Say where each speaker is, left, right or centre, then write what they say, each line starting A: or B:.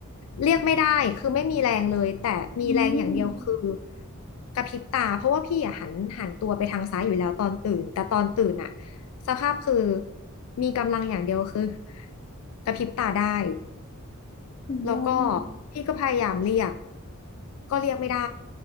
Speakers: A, on the left; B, on the left.
A: เรียกไม่ได้คือไม่มีแรงเลยแต่มีแรงอย่างเดียวคือ
B: อืม
A: กระพริบตาเพราะว่าพี่อะหันหันตัวไปทางซ้ายอยู่แล้วตอนตื่นแต่ตอนตื่นอะสภาพคือมีกำลังอย่างเดียวคือกระพริบตาได้
B: สุดยอด
A: แล้วก็พี่ก็พยายามเรียกก็เรียกไม่ได้